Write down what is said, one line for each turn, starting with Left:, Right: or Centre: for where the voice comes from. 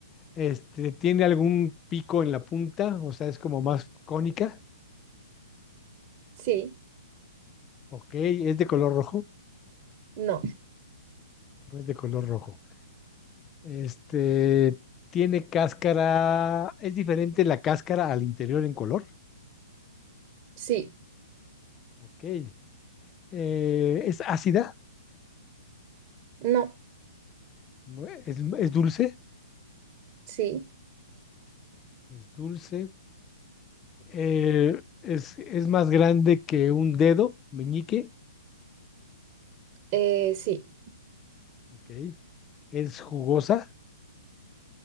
Left: Este, tiene algún pico en la punta, o sea, es como más cónica,
Right: Sí,
Left: ok. Es de color rojo,
Right: no,
Left: no es de color rojo. Este, tiene cáscara, es diferente la cáscara al interior en color,
Right: sí,
Left: ok. Eh, es ácida,
Right: no,
Left: ¿no? es, es dulce,
Right: sí,
Left: es dulce. Eh, es, es más grande que un dedo, meñique,
Right: eh, sí.
Left: ok. Es jugosa